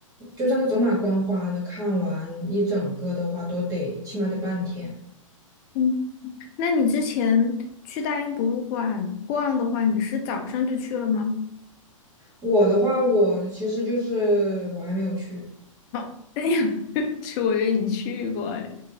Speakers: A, on the right (about 20°); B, on the left (about 35°).
A: 就算是走马观花的看完一整个的话，都得起码得半天。
B: 嗯，那你之前去大英博物馆逛的话，你是早上就去了吗？
A: 我的话，我其实就是我还没有去。
B: 哦，<laughs> 去，是我以为你去过嘞。